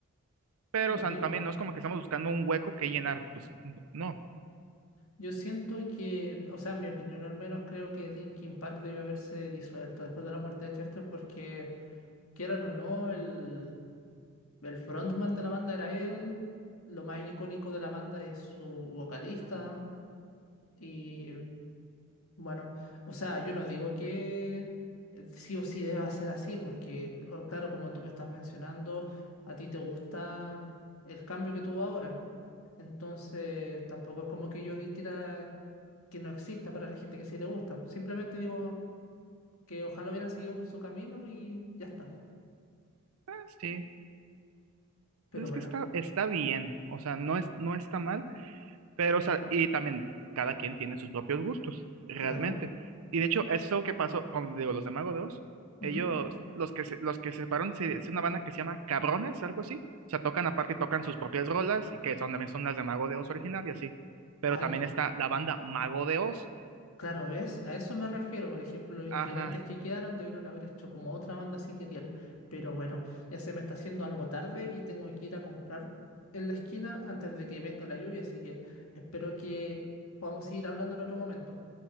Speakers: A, on the right; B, on the left.
A: pero
B: lo
A: o sea,
B: mismo.
A: también no es como que estamos buscando un hueco que llenar, pues, no.
B: Yo siento que, o sea, en mi opinión al menos, creo que Linkin Park debió haberse disuelto después de la muerte de Chester, porque quieran o no, el El frontman de la banda era él. Lo más icónico de la banda es su vocalista. Y bueno, o sea, yo no digo que eh, sí o sí deba ser así, porque o- claro, como tú me estás mencionando, a ti te gusta el cambio que tuvo ahora. Entonces, tampoco es como que yo dijera que no exista para la gente que sí le gusta. Simplemente digo que ojalá hubieran seguido por su camino y ya está.
A: Ah, sí,
B: Pero
A: pues es
B: bueno,
A: que está, está bien, o sea, no es, no está mal, Pero, o sea, y también cada quien tiene sus propios gustos, realmente.
B: claro.
A: Y de hecho, eso que pasó con, digo, los de Mago de Oz, ellos,
B: Ujú.
A: los que se, los que se separaron, se- es una banda que se llama Cabrones, algo así. O sea, tocan aparte, tocan sus propias rolas, que son también son las de Mago de Oz original y así. Pero
B: Ay,
A: también está la banda Mago de Oz.
B: Claro, ¿ves? A eso me refiero. Por ejemplo, los integrantes
A: Ajá,
B: que quedaron debieron haber hecho como otra banda si querían. Pero bueno, ya se me está haciendo algo tarde y tengo que ir a comprar en la esquina antes de que venga la lluvia, así que espero que podamos seguir hablando en otro momento.